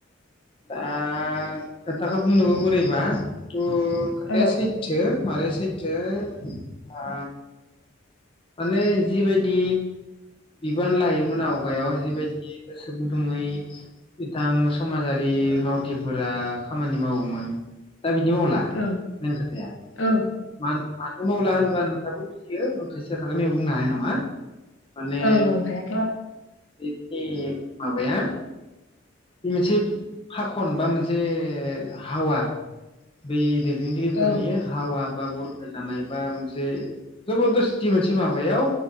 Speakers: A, on the left; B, on the left.
A: दा खोथाखौ बुंनोबो बोरैबा खोथाया
B: औ
A: सैथो मार सैथो आ माने जिबायदि बिबान लायोमोन आवगायाव जिबायदि गोसो गुदुङै बिथां समाजारि मावथिफोरा खामानि मावोमोन दा बिदि मावला
B: ओं
A: मेन खोथाया
B: ओं
A: मावला होनबानो नोंथाङाबो बुजियो। खायसेया खोथाखौ नैयाव बुंनो हानाय नङा। माने
B: ओं ओं हायाथ' आरो
A: बेखिनि माबाया बे मोनसे फाखन बा मोनसे हावा बै लोगिरिफोरनि
B: ओं
A: हावा बा बुरखाय जानाय बा मोनसे जबरदस्थि मोनसे माबायाव